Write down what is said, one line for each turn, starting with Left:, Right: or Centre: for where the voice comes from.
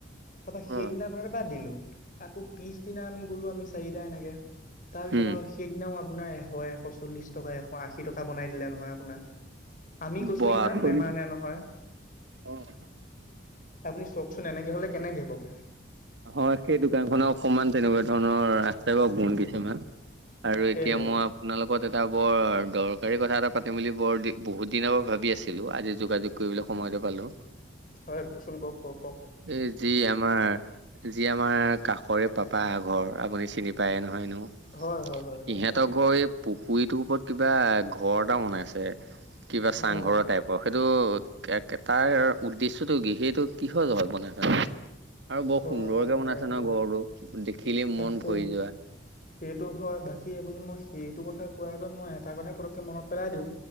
Left: তাৰাপা সেইদিনা
Right: অ',
Left: ততে বাদ দিলো আকৌ পিছদিনা আমি গলো আমি চাৰিটা এনেকে তাৰপিছত
Right: উম,
Left: আৰু সেইদিনাও আপোনাৰ এশ-এশ চল্লিশ টকা, এশ আশী টকা বনাই দিলে নহয় আপোনাৰ। আমি কৈছো
Right: বৰা
Left: ইমান
Right: চৰি
Left: নেমানে নহয়।
Right: অ',
Left: আপুনি চওকচোন এনেকে হলে কেনেকে বাৰু।
Right: হয় সেই দোকান খনৰ অকণমান তেনেকুৱা ধৰণৰ ৰাস্তাই বাৰু গুণ দিছেমান। আৰু
Left: তাকেহে
Right: এতিয়া মই আপোনালোকত এটা বৰ দৰকাৰী কথা এটা পাতিম বুলি বৰ দি বহুত দিনৰ পৰা ভাবি আছিলো আজি যোগাযোগ কৰিবলৈ সময়টো পালো।
Left: হয় কওকচোন কওক-কওক-কওক?
Right: এই যি আমাৰ যি আমাৰ কাষৰে পাপা এঘৰ আপুনি চিনি পায় নহয় এনেও।
Left: হয় হয় হয় হয়
Right: ইহঁতৰ
Left: হয়
Right: ঘৰ এই পুখুৰীটোৰ ওপৰত কিবা ঘৰ এটা বনাইছে। কিবা চাংঘৰৰ
Left: হয়
Right: টাইপৰ সেইটো তাৰ উদ্দেশ্যটো কি সেইটো কি জল মান আৰু বৰ
Left: হয়
Right: সুন্দৰকে
Left: হয়
Right: বনাইছে
Left: হয় হয়
Right: ন ঘৰটো দেখিলি মন
Left: তাকে
Right: ভৰি যোৱা।
Left: সেইটো হয় বাকী আপুনি মই সেইটো কথা কোৱাৰ আগত মই এটা কথা পতককে মনত পেলাই দিও।